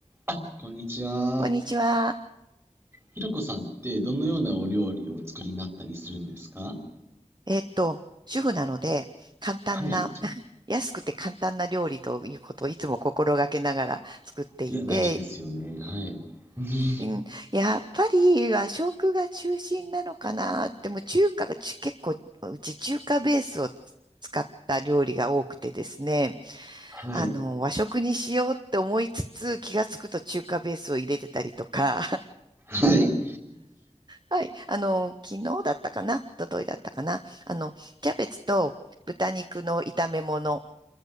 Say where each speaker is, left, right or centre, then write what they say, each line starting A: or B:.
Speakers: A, on the right (about 20°); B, on the right (about 35°).
A: あ、こんにちは。
B: こんにちは。
A: ひろこさんってどのようなお料理をお作りになったりするんですか
B: えーっと、主婦なので、簡単な、
A: はい。
B: <laughs> 安くて簡単な料理ということをいつも心がけながら作っていて、
A: いや、大事ですよね。はい。<laughs> うん
B: うん、やっぱり和食が中心なのかな。でも中華がち結構、うち中華ベースを使った料理が多くてですね、
A: はい。
B: あの、和食にしようって思いつつ、気がつくと中華ベースを入れてたりとか、
A: はい。
B: はい。あの、昨日だったかな一昨日だったかなあの、キャベツと豚肉の炒め物、